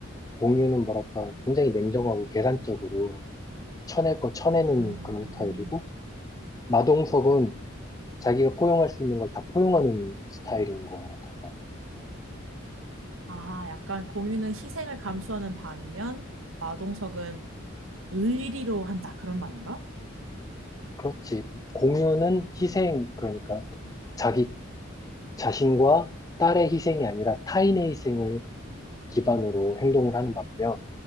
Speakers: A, on the left; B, on the right.
A: 공유는 뭐랄까 굉장히 냉정하고 계산적으로 쳐낼 거 쳐내는
B: 음,
A: 그런 스타일이고, 마동석은 자기가 포용할 수 있는 걸 다 포용하는 스타일인 것 같아서.
B: 아, 약간 공유는 희생을 감수하는 반면 마동석은 의리로 한다 그런 말인가?
A: 그렇지. 공유는 희생, 그러니까 자기 자신과 딸의 희생이 아니라 타인의 희생을 기반으로 행동을 하는 반면,